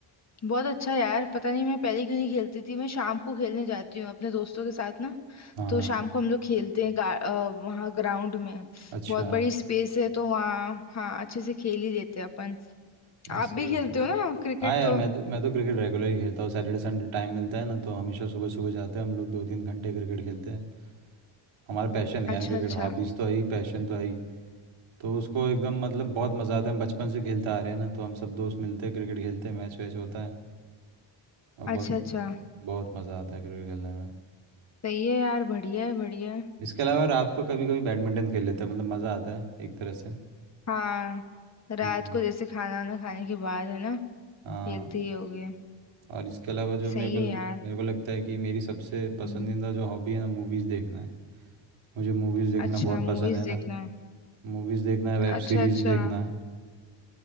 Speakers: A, on the left; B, on the right.
A: बहुत अच्छा है यार पता नहीं मैं पहले क्यों नहीं खेलती थी मैं शाम को खेलने जाती हूँ अपने दोस्तों के साथ ना
B: हाँ
A: तो शाम को हम लोग खेलते हैं गा, अ, वहाँ ग्राउंड में
B: अच्छा
A: बहुत बड़ी स्पेस है तो वहाँ हाँ अच्छे से खेल ही लेते हैं अपन
B: नहीं
A: आप
B: सही
A: भी खेलते
B: है सही
A: हो
B: है
A: ना क्रिकेट
B: हाँ यार
A: तो
B: मैं तो मैं तो क्रिकेट रेगुलर ही खेलता हूँ सैटरडे संडे टाइम मिलता है ना तो हमेशा सुबह सुबह जाते हैं हम लोग दो तीन घंटे क्रिकेट खेलते हैं हमारा पैशन है यार
A: अच्छा
B: क्रिकेट
A: अच्छा
B: हॉबीज़ तो है ही पैशन तो है ही तो उसको एकदम मतलब बहुत मज़ा आता है हम बचपन से खेलते आ रहे हैं ना तो हम सब दोस्त मिलते हैं क्रिकेट खेलते हैं मैच वैच होता है और
A: अच्छा
B: बहुत
A: अच्छा
B: बहुत मज़ा आता है क्रिकेट खेलने में
A: सही है यार बढ़िया है बढ़िया है
B: इसके अलावा रात को कभी कभी बैडमिंटन खेल लेते हैं मतलब मज़ा आता है एक तरह से
A: हाँ रात
B: हम्म
A: को जैसे खाना वाना खाने के बाद है ना
B: हाँ
A: खेलते ही होगे
B: और इसके अलावा जो
A: सही
B: मेरे को
A: है यार
B: मेरे को लगता है कि मेरी सबसे पसंदीदा
A: हम्म,
B: जो हॉबी है ना मूवीज़ देखना है मुझे मूवीज़ देखना
A: अच्छा
B: बहुत पसंद
A: मूवीज
B: है ना
A: देखना
B: मूवीज़ देखना है वेब
A: अच्छा
B: सीरीज़
A: अच्छा
B: देखना है